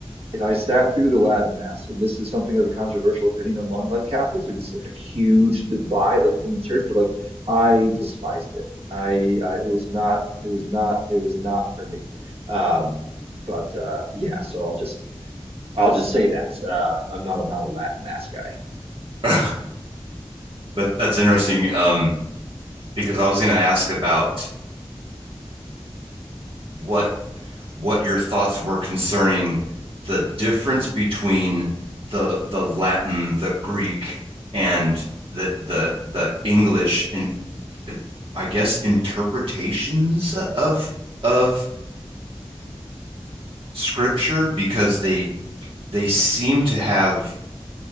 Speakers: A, on the right; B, on the right.
A: and I sat through the Latin mass, and this is something of a controversial opinion among like Catholics, or just like a huge divide like within the church, but like I despised it. I, I it was not it was not it was not for me. Um, but uh, yeah, so I'll just I'll just say that. Uh, I'm not a, not a Latin mass guy.
B: <laughs> that that's interesting. Um, because I was gonna ask about what what your thoughts were concerning the difference between the the Latin, the Greek, and the the the English in I guess interpretations of of scripture because they they seem to have